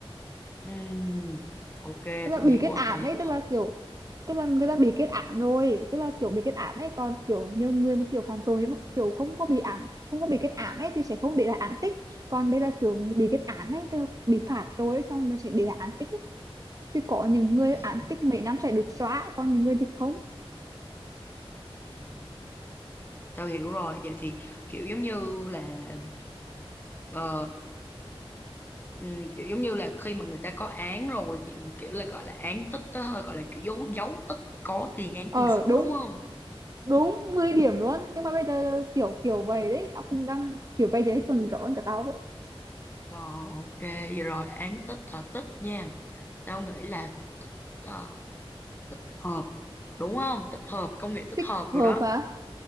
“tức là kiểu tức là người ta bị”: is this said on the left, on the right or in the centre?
Right